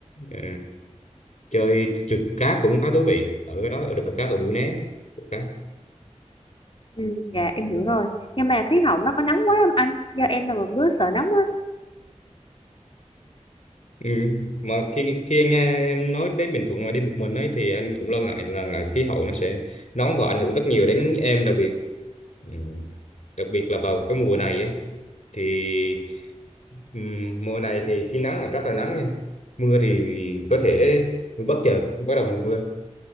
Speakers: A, on the left; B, on the left.
A: Ờ, chơi trượt cát cũng khá thú vị ở đó ở đồi cát ở Mũi Né trượt cát
B: Ừ, dạ em hiểu rồi. Nhưng mà khí hậu nó có nóng quá không anh? Do em là một đứa sợ nóng á.
A: ừ. mà khi khi anh nghe em nói đến Bình Thuận mà đi một mình ấy thì anh cũng lo ngại là, là khí hậu nó sẽ nóng và ảnh hưởng rất nhiều đến em đặc biệt Ừ. Đặc biệt là vào cái mùa này ấy thì ừm, mùa này thì khi nắng là rất là nắng nha mưa thì có thể bất chợt bắt đầu mùa mưa